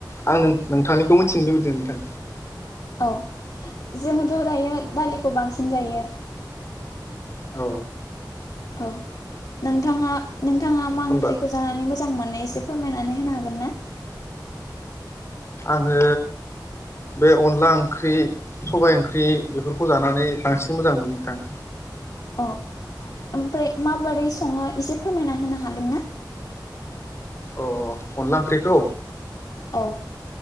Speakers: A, on the left; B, on the left.
A: आं नों नोंथांनिखौ मिथिनो लुबैदों नोंथां?
B: औ जोंङोथ' दायो दालिखौ बांसिन जायो।
A: औ
B: औ नोंथाङा बिथाङा मा
A: होमबा
B: ओंख्रिखौ जानानै मोजां मोनो? एसे फोरमायनानै होनो हागोन ना?
A: आङो बे अनला ओंख्रि सबाय ओंख्रि बेफोरखौ जानानै बांसिन मोजां मोनो नोंथां।
B: औ ओमफ्राय माबोरै सङो एसे फोरमायना होनो हागोन ना?
A: अ अनला ओंख्रिखौ।
B: औ